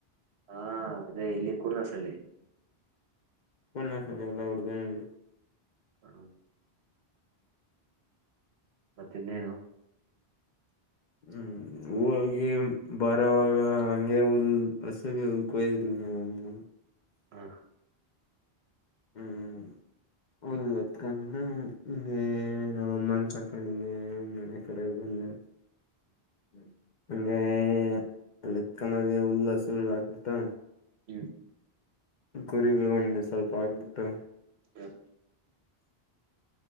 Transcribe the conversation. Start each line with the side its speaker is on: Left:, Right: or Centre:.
Right: ಹಾ ಅದೇ ಇಲ್ಲಿ ಕುೂರ್ನ ಸಳ್ಳಿ.
Left: <unintelligible>
Right: ಹ್ಮ ಮತ್ತೆ ಇನ್ನೇನು.
Left: ಹ್ಮ್ ಹೋಗಿ ಬರೋವಾಗ ಹಂಗೆ ಹುಲ್ ಹಸುಗ ಹುಲ್ ಕೊಯ್ದಿವಿ ನಮ್ಮ ಅಮ್ಮ
Right: ಹ್ಮ್.
Left: ಹ್ಮ್ ಹ್ಮ್ ಹ್ಮ್ ಅಮ್ಮನ್ ಕಾರ್ಕಂಡು ಮನೆ ಕಡೆ ಬಂದೆ. ಹ್ಮ್ ಹಂಗೆ ಅಲ್ಲಿಕ್ಕನಗೆ ಉಳ್ಳು ಹಸುಳ್ ಹಕ್ಬಟ್ಟು.
Right: ಹ
Left: ಕುರಿಗಳು ಒಂದೆ ಸ್ವಲ್ಪ ಆಗ್ಬಿಟ್ಟು
Right: ಹ